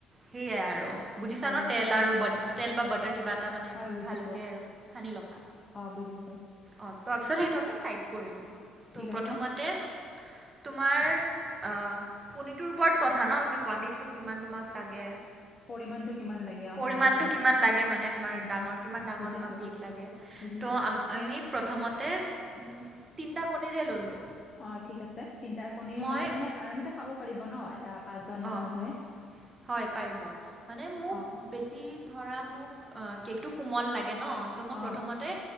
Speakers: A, on the right; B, on the left.
A: সেয়াই আৰু। বুজিছা
B: হয়
A: ন,
B: হয়
A: তেল আৰু বা, তেল বা বাটৰ কিবা এটা মানে।
B: হয় বুজিছো
A: ভালকে সানি ল'বা।
B: অ বুজিছো
A: অঁ তাৰপিছত সেইটো আমি চাইড কৰিলোঁ, ত'
B: ঠিক
A: প্ৰথমতে
B: আছে
A: তোমাৰ আ' কণীটোৰ ওপৰত কথা ন, যে কোৱণ্টিটিটো কিমান তোমাক লাগে।
B: পৰিমাণটো কিমান লাগে অ
A: পৰিমানটো
B: হয় হয়
A: কিমান লাগে মানে তোমাৰ
B: উম
A: ডাঙৰ
B: উম
A: কিমান ডাঙৰ
B: বুজিছো
A: তোমাক কেক লাগে। ত'
B: বুজিছো
A: আমি প্ৰথমতে, তিনিটা কণীৰে ল'লোঁ।
B: অ' ঠিক আছে, তিনিটা কণী
A: মই
B: হ'লে মানে আৰামছে খাব পাৰিব ন, আ পাঁচজন মান
A: অঁ
B: মানুহে
A: হয় পাৰিব, মানে মোক
B: অ
A: বেছি ধৰা মোক, আ কেকটো কোমল লাগে ন, ত' মই
B: অ
A: প্ৰথমতে